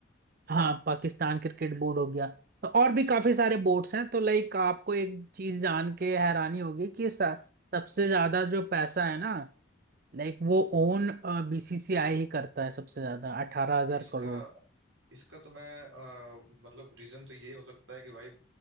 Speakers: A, on the right (about 45°); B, on the right (about 75°).
A: हाँ पाकिस्तान क्रिकेट बोर्ड हो गया तो और भी काफी सारे बोर्ड्स हैं तो लाइक आपको एक चीज जान के हैरानी होगी कि स- सबसे ज्यादा जो पैसा है ना लाइक वो ओन बीसीसीआई ही करता है सबसे ज्यादा अठारह हजार
B: तो इसका
A: करोड़
B: इसका तो मैं अ, मतलब रीजन तो ये हो सकता है कि भाई